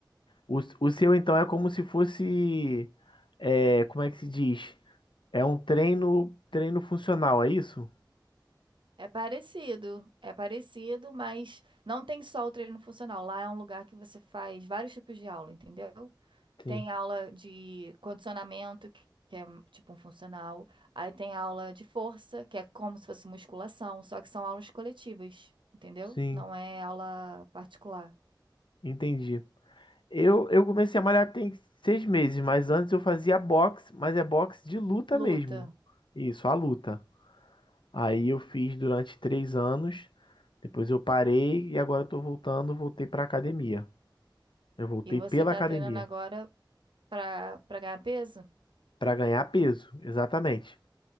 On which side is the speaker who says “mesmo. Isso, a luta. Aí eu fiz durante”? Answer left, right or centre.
Left